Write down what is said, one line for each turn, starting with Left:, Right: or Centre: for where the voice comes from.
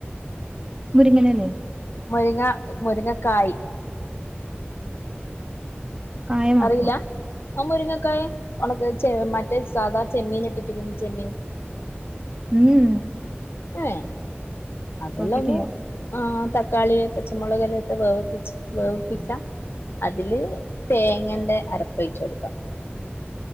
Right: മുരിങ്ങനല്ലേ
Left: മുരിങ്ങ മുരിങ്ങക്കായ്
Right: കായ മാത്രം
Left: അറിയില്ല ആ മുരിങ്ങക്കായ ഉണക്കചെ മറ്റേ സാധാ ചെമ്മീൻ ഇട്ടിട്ട് കുഞ്ഞ് ചെമ്മീൻ
Right: ഉം
Left: ഏ അതെല്ലാം
Right: നോക്കിട്ട്
Left: ഒന്ന്
Right: ചെയ്യാം
Left: ആ തക്കാളി പച്ചമുളക് എല്ലാം ഇട്ട് വേവിപ്പിച്ച് വേവിപ്പിക്കാം അതില് തേങ്ങെന്റെ അരപ്പൊഴിച്ച് കൊടുക്കാം